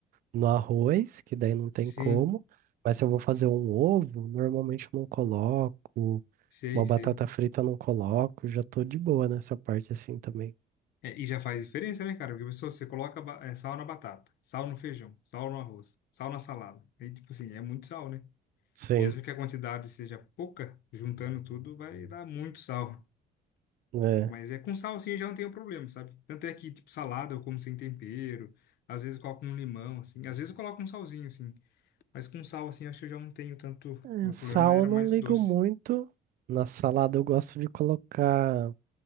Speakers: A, on the right; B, on the left.
A: no arroz, que daí não tem
B: Sim,
A: como. Mas se eu vou fazer um ovo, normalmente eu não coloco.
B: sei,
A: Uma
B: sei.
A: batata frita eu não coloco, já tô de boa nessa parte assim também.
B: É, e já faz diferença, né, cara? Porque a pessoa, você coloca ba- é, sal na batata, sal no feijão, sal no arroz, sal na salada. E, tipo assim, é muito sal, né?
A: Sim,
B: Mesmo que a quantidade seja pouca, juntando tudo, vai dar muito sal.
A: é.
B: Mas é com sal, assim, eu já não tenho problema, sabe? Tanto é que, tipo, salada eu como sem tempero. Às vezes eu coloco um limão, assim. Às vezes eu coloco um salzinho, assim. Mas com sal, assim, acho que eu já não tenho tanto.
A: É,
B: Meu
A: Sal
B: problema era
A: eu não
B: mais
A: ligo
B: o doce.
A: muito. Na salada eu gosto de colocar